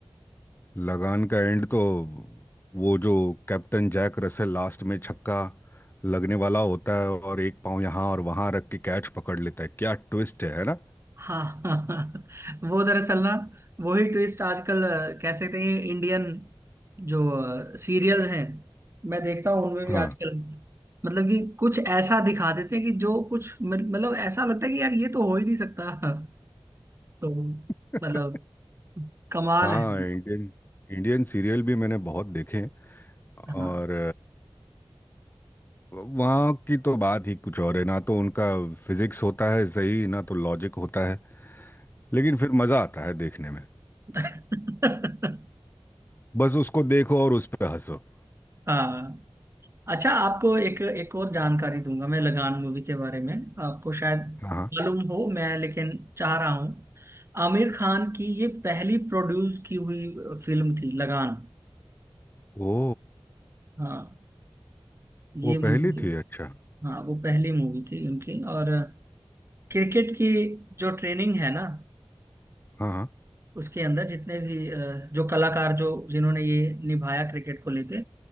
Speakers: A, on the left (about 20°); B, on the right (about 30°).
A: लगान का एंड तो वो जो कैप्टन जैक रसेल लास्ट में छक्का लगने वाला होता है और एक पाँव यहाँ और वहाँ रख के कैच पकड़ लेता है क्या ट्विस्ट है है ना
B: हाँ <laughs> हाँ हाँ वो दरअसल ना वही ट्विस्ट आजकल अ, कह सकते हैं इंडियन जो सीरियल्स हैं मैं देखता हूँ उनमें भी
A: हाँ
B: आजकल मतलब कि कुछ ऐसा दिखा देते हैं कि जो कुछ मत- मतलब ऐसा लगता है कि यार ये तो हो ही नहीं सकता <laughs> तो
A: <laughs>
B: मतलब कमाल
A: हाँ
B: है
A: इंडियन इंडियन सीरियल भी मैंने बहुत देखे
B: हाँ
A: और वहाँ की तो बात ही कुछ और है ना तो उनका फिजिक्स होता है सही ना तो लॉजिक होता है लेकिन फिर मज़ा आता है देखने में
B: <laughs>
A: बस उसको देखो और उस पर हंसो
B: हाँ अच्छा आपको एक एक और जानकारी दूंगा मैं लगान मूवी के बारे में आपको शायद
A: हाँ हाँ
B: मालूम हो मैं लेकिन चाह रहा हूँ आमिर खान की ये पहली प्रोड्यूस की हुई फिल्म थी लगान
A: ओ
B: हाँ ये
A: वो
B: मूवी
A: पहली थी अच्छा
B: हाँ वो पहली मूवी थी उनकी और क्रिकेट की जो ट्रेनिंग है ना
A: हाँ हाँ
B: उसके अंदर जितने भी अ, जो कलाकार जो जिन्होंने ये निभाया क्रिकेट को लेके